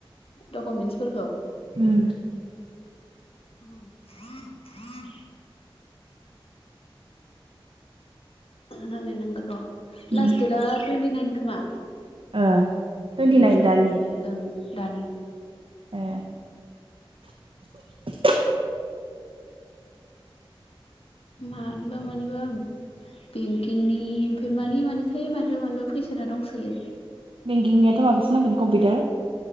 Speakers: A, on the left (about 85°); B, on the right (about 70°).
A: दकमेन्टसफोरखौ
B: उम
A: <inaudible> नायनांगोन र'
B: उम
A: लास्ट डेटआ टुइन्टिनाइन खोमा
B: ओ टुइन्टि
A: नै
B: नाइन
A: जुलाइनिनो
B: दानि
A: ओं दानि
B: ए <inaudible>
A: मानिबा मानिबा बेंकिंनि ओमफाय मानि मानिथाय मानिबा मानिबा फैसोना दंसोयो
B: बेंकिंनियाथ' माबासो नांगोन कम्पिउटार